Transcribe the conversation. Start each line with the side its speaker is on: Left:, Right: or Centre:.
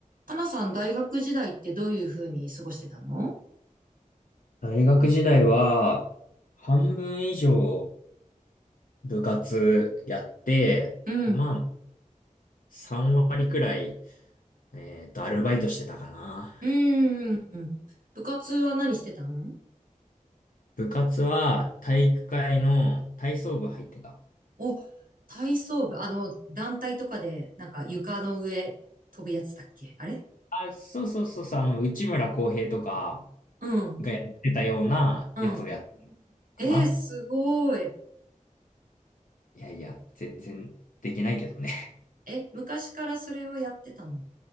Right: かなさん、大学時代ってどういうふうに過ごしてたの
Left: 大学時代は、半分以上部活やって、
Right: うん。
Left: まあ、3割くらい、えっと、アルバイトしてたかな。
Right: うーん。部活は何してたの
Left: 部活は体育会の体操部入ってた。
Right: お、体操部、あの、団体とかで、なんか床の上飛ぶやつだっけあれ
Left: あ、そうそうそうそう、あの、内村航平とか
Right: うん。
Left: がやってたようなやつをやって
Right: うん。
Left: たかな。
Right: えー、すごい。
Left: いやいや、全然できないけどね。<laughs>
Right: え、昔からそれをやってたの